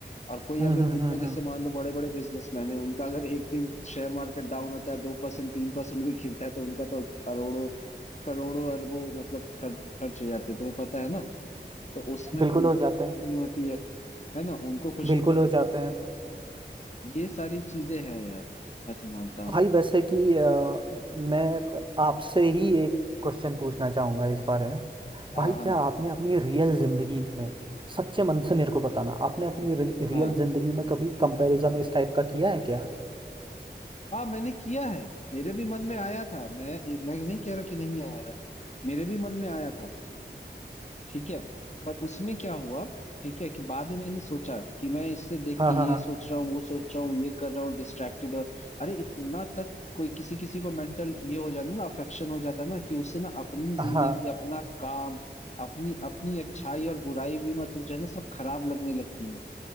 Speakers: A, on the right (about 25°); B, on the left (about 40°).
A: <laughs>
B: और कोई
A: हम्म
B: अगर
A: हम्म
B: दिन
A: हम्म
B: में जैसे
A: हम्म।
B: मान लो बड़े बड़े बिजनेसमैन है उनका अगर एक दिन शेयर मार्केट डाउन होता है दो परसेंट तीन परसेंट भी गिरता है तो उनका तो करोड़ों करोड़ों अरबों मतलब खर, खर्च हो जाते हैं तुम्हें पता है ना तो उसमें
A: बिल्कुल
B: उनको
A: हो
B: खुशी
A: जाते हैं
B: नहीं होती है है ना उनको खुशी
A: बिल्कुल
B: नहीं
A: हो जाते हैं
B: ये सारी चीजें हैं यार मैं तो मानता हूँ
A: भाई वैसे कि अ, मैं आपसे ही एक क्वेश्चन पूछना चाहूंगा इस बारे में भाई
B: हाँ हाँ
A: क्या आपने अपनी रियल जिंदगी में सच्चे मन से मेरे को बताना आपने अपनी रियल
B: हाँ
A: जिंदगी में कभी कंपैरिजन इस टाइप का किया है क्या
B: हाँ मैंने किया है मेरे भी मन में आया था मैं एक, मैं नहीं कह रहा कि नहीं आया था मेरे भी मन में आया था ठीक है पर उसमें क्या हुआ ठीक है कि बाद में मैंने सोचा कि मैं इससे देख
A: हाँ
B: के ये
A: हाँ
B: सोच रहा हूँ वो सोच रहा हूँ ये कर रहा हूँ डिस्ट्रैक्टेड और अरे इतना तक कोई किसी किसी को मेंटल ये हो जाता है ना अफेक्शन हो जाता है ना कि उससे ना अपनी जिंदगी
A: हाँ
B: अपना काम अपनी अपनी अच्छाई और बुराई भी मतलब जो है ना सब खराब लगने लगती है